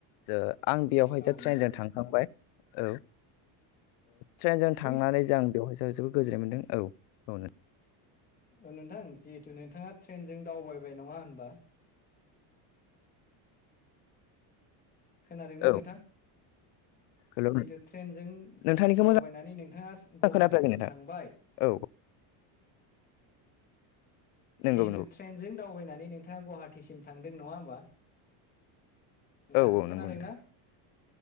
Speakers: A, on the left; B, on the left.
A: ज आं बेयावहाय
B: औ
A: जा
B: नोंथां
A: ट्रेनजों थांखांबाय औ ट्रेनजों
B: बै
A: थांनानै जों बेवहाय सायाव जोबोद गोजोननाय मोनदों औ औ
B: औ नोंथां जिहेथु नोंथाङा ट्रेनजों दावबायबाय नङा होनबा? <inaudible> खोनादोंना
A: औ
B: नोंथां?
A: हेल'
B: जिहेथु ट्रेनजों
A: नोंथांनिखौ
B: दावबायनानै
A: मोजां
B: नोंथाङा गुवाहाटिसिम
A: खोनाफैयाखै नोंथां
B: थांबाय
A: औ
B: <inaudible>
A: नंगौ
B: जिहेतु
A: नंगौ
B: ट्रेनजों दावबायनानै नोंथाङा गुवाहाटिसिम थांदों नङा होमबा नोंथां
A: औ औ
B: खोनादों
A: नंगौ नोंथां
B: ना?